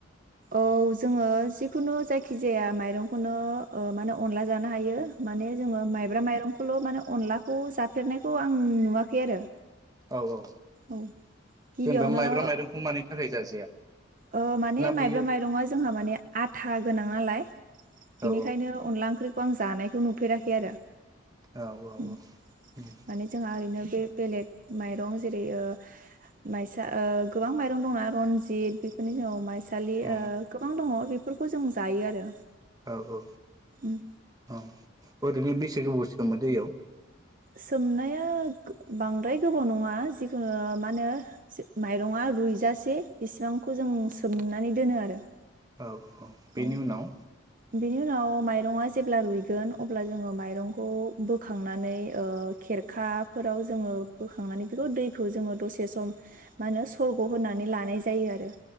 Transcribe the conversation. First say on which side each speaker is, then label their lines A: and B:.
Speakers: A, on the right; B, on the right.
A: औ जोङो जिखुनु जायखि जाया माइरंखोनो ओ मा होनो अनला जानो हायो। माने जोङो माइब्रा माइरं खौल' मानो अनलाखौ जाफेरनायखौ आं नुवाखै आरो।
B: औ औ
A: औ गिबियावनो
B: जेनबा माइब्रा माइरंखौ मानि थाखाय जाजाया?
A: ओ माने
B: ना
A: माइब्रा
B: बेयो
A: माइरंआ जोंहा माने आथा गोनां नालाय बिनिखायनो
B: औ
A: अनला ओंख्रि खौ आं जानायखौ नुफेराखै आरो।
B: औ औ
A: उम
B: औ
A: माने
B: होम।
A: जोंहा ओरैनो बे बेलेग माइरं जेरै ओ माइसा ओ गोबां माइरं दंना रनजित बे फोरनि औ माय सालि
B: औ
A: ओ गोबां दङ बेफोरखौ जों जायो आरो।
B: औ औ
A: उम
B: औ ओरैनो बेसे गोबाव सोमो दैयाव?
A: सोमनाया बांद्राय गोबाव नङा, जिखुनु मा होनो माइरङा रुइजासे बेसिबांखौ जों सोमनानै दोनो आरो।
B: औ। ओ बेनि
A: औ
B: उनाव?
A: बिनि उनाव माइरंआ जेब्ला रुइगोन अब्ला जोङो माइरंखौ बोखांनानै खेरखाफोराव जोङो बोखांनानै बेखौ दैखौ जोङो दसे सम मा होनो सरग' होनानै लानाय जायो आरो।